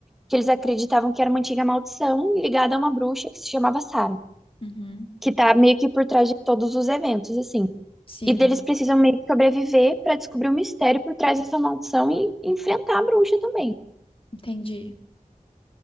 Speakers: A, in the centre; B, on the left.
A: que eles acreditavam que era uma antiga maldição ligada a uma bruxa que se chamava Sara,
B: Uhum.
A: que tá meio que por trás de todos os eventos, assim.
B: Sim,
A: E deles precisam meio que sobreviver para descobrir o mistério por trás dessa maldição e enfrentar a bruxa também.
B: entendi.